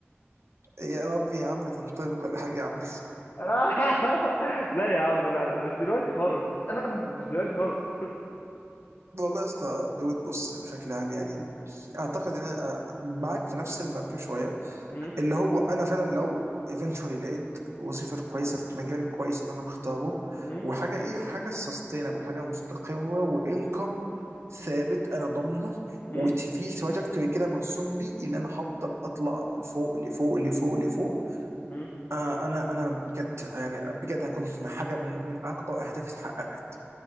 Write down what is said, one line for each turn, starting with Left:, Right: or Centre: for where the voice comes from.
Right: يا رب يا عم تنطبق كل حاجة يا عم
Left: <laughs> لا يا عم لا لا مش دلوقتي خالص <coughs> مش دلوقتي خالص
Right: <laughs> والله يا اسطى دود بص بشكل عام يعني اعتقد ان انا آه، معاك في نفس المركب شوية
Left: مم،
Right: اللي هو انا فعلا لو ايفينشولي لقيت وظيفه كويسه في مجال كويس اللي انا مختاره
Left: مم،
Right: وحاجه ايه حاجه سستينبل حاجه مستقره وانكم ثابت انا ضامنه
Left: مم،
Right: وفي تراجكتوري كده مرسوم لي اللي انا هفضل اطلع لفوق لفوق لفوق لفوق
Left: مم.
Right: آه انا انا بجد يعني بجد هكون حاجه من من اكبر اهدافي اتحققت